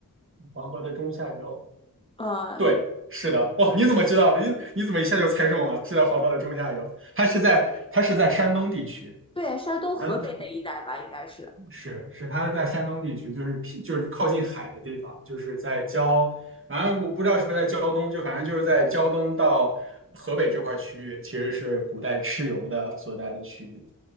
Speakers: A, on the right; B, on the left.
A: 黄河的中下游。
B: 嗯，
A: 对，是的。哇，你怎么知道的？你你怎么一下就猜中了？是在黄河的中下游，它是在它是在山东地区。
B: 对，山东、河北那一带吧，
A: 嗯，
B: 应该是。
A: 是是，他是在山东地区，就是僻就是靠近海的地方，就是在胶，反正我不知道是不是在胶东，就反正就是在胶东到河北这块区域，其实是古代蚩尤的所在的区域。